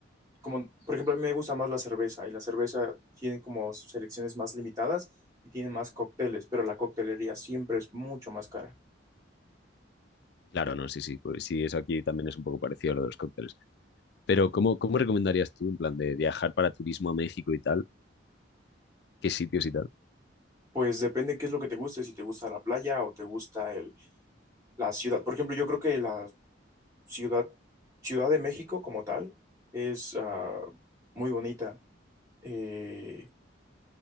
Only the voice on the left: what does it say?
Claro, no, sí, sí, pues sí, eso aquí también es un poco parecido a lo de los cócteles. Pero ¿cómo, cómo recomendarías tú, en plan, de viajar para turismo a México y tal? ¿Qué sitios y tal?